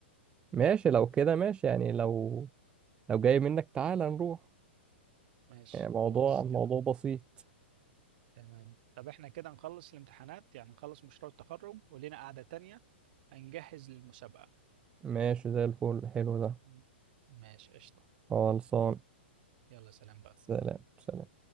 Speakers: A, on the right (about 15°); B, on the right (about 50°).
A: ماشي لو كده ماشي يعني لو لو جاي منك تعالى نروح
B: ماشي
A: يعني موضوع
B: خلاص
A: موضوع
B: كده
A: بسيط
B: تمام طب احنا كده نخلص الامتحانات يعني نخلص مشروع التخرج ولينا قعدة تانية هنجهز للمسابقة
A: ماشي زي الفل حلو ده
B: م- ماشي قشطة
A: خلصان
B: يلا سلام بقى
A: سلام سلام